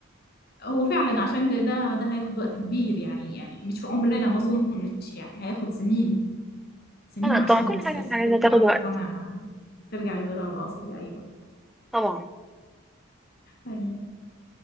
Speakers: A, on the left; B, in the centre.
A: هو فعلا عشان ده ده ده هياخد وقت كبير يعني يعني مش في عمرنا ما أظنش يعني هياخد سنين سنين
B: انا
A: عشان
B: طبعا كل
A: الس-
B: حاجه
A: الستات
B: انا عايزه
A: ترجع
B: تاخد
A: تقتنع
B: وقت
A: ترجع لدورها الأصلي أيوة
B: طبعا
A: أيوة